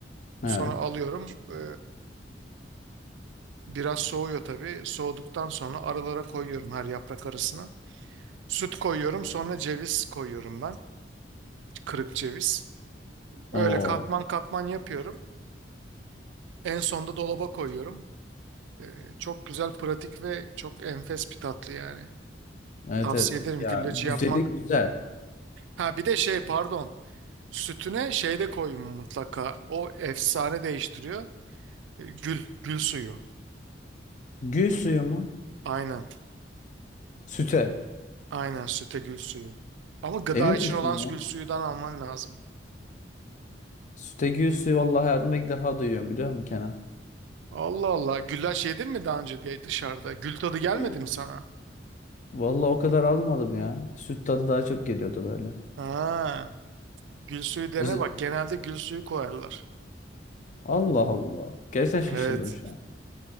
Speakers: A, on the left; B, on the right.
A: Evet.
B: Sonra alıyorum. Ee, biraz soğuyor tabii. Soğuduktan sonra aralara koyuyorum her yaprak arasına. Süt koyuyorum, sonra ceviz koyuyorum ben. Kırık ceviz. Öyle
A: Oo.
B: katman katman yapıyorum. En sonda dolaba koyuyorum. Ee, çok güzel, pratik ve çok enfes bir tatlı yani.
A: Evet
B: Tavsiye
A: evet.
B: ederim
A: Ya
B: gülleci
A: güzeli
B: yapmak.
A: güzel.
B: Ha bir de şey pardon. Sütüne şey de koyun mutlaka. O efsane değiştiriyor. Ee, Gül, gül suyu.
A: Gül suyu mu?
B: Aynen.
A: Süte.
B: Aynen süte gül suyu. Ama gıda
A: Emin
B: için
A: misin
B: olan
A: ya?
B: gül suyudan alman lazım.
A: Süte gül suyu vallahi hayatımda ilk defa duyuyorum biliyor musun Kenan?
B: Allah Allah. Güllaç yedin mi daha önce bir dışarıda? Gül tadı gelmedi
A: E,
B: mi sana?
A: Vallahi o kadar almadım ya. Süt tadı daha çok geliyordu böyle.
B: Ha. Gül suyu dene
A: Öz-
B: bak. Genelde gül suyu koyarlar.
A: Allah Allah. Gerçekten şaşırdım
B: Evet.
A: şu an.